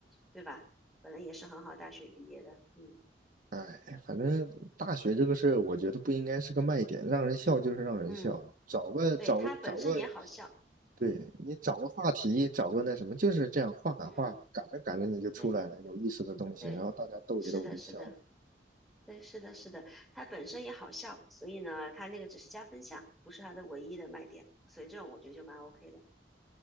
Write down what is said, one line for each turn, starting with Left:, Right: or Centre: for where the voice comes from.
Centre: 对吧？本来也是很好大学毕业的，嗯
Right: 哎，反正大学这个事儿，我觉得不应该是个卖点，让人笑就是让人笑，
Centre: 嗯，
Right: 找个找找个
Centre: 对他本身也好笑，
Right: 对你找个话题，找个那什么，就是这样话赶话，
Centre: 嗯，
Right: 赶着赶着你就出来了有意思的东西，
Centre: 对对，
Right: 然后大家逗一逗就笑了。
Centre: 是的，是的，对，是的，是的，他本身也好笑，所以呢，他那个只是加分项，不是他的唯一的卖点，所以这种我觉得就蛮 OK 的，